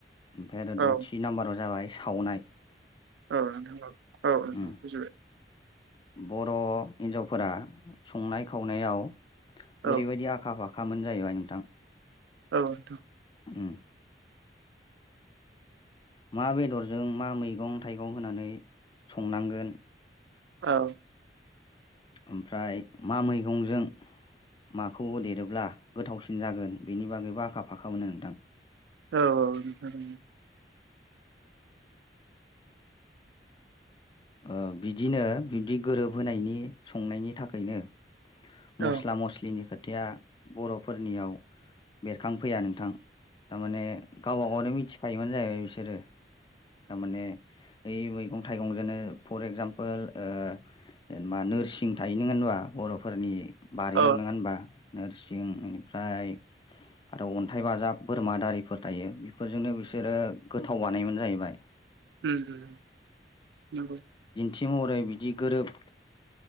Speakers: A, on the left; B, on the right.
A: ओमफ्राय आरो
B: औ
A: दथि नाम्बाराव जाबाय सावनाय
B: औ नोंथां औ नोंथां
A: उम
B: बुजिबाय
A: बर' हिन्जावफोरा संनाय खावनायाव ओरैबायदि
B: औ
A: आखा फाखामोन जाहैबाय नोंथां
B: औ नोंथां
A: उम मा बेदरजों मा मैगं थाइगं होनानै संनांगोन
B: औ
A: ओमफ्राय मा मैगंजों माखौ देरोब्ला गोथावसिन जागोन बेनि बागैबो आखा फाखा मोननो नोंथां
B: औ औ नोंथां उम
A: ओ बिदिनो बिब्दि गोरोबहायनि संनायनि थाखायनो मस्ला
B: औ
A: मस्लिनि खोथाया बर'फोरनियाव बेरखांफैया नोंथां। थारमाने गावबा गावनो मिथिखायोमानो जाहैबाय बिसोरो थारमाने ओइ मैगं थाइगंजोंनो फर एगजामपोल जेनेबा नोरसिं थायो नंङा होनबा बर' फोरनि बारियाव
B: औ
A: नंङा होनबा नोरसिं बेनिफ्राय आरो अन्थाइ बाजाब बोरमा दारिफोर थायो बेफोरजोंनो बिसोरो। गोथाव बानायोमोन जाहैबाय।
B: उम नंगौ।
A: थिमहरै बिदि गोरोब